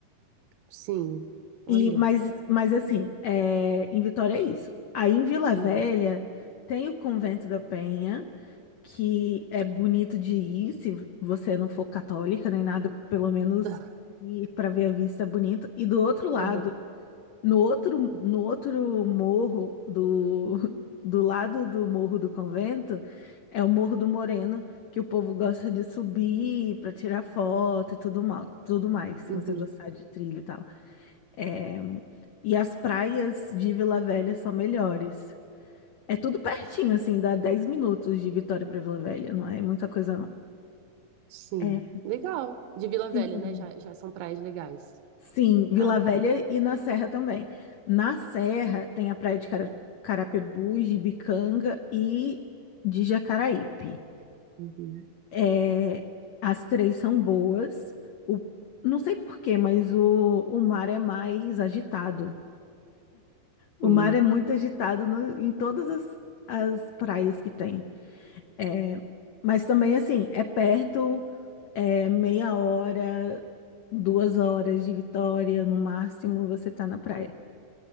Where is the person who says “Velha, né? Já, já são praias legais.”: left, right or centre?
Right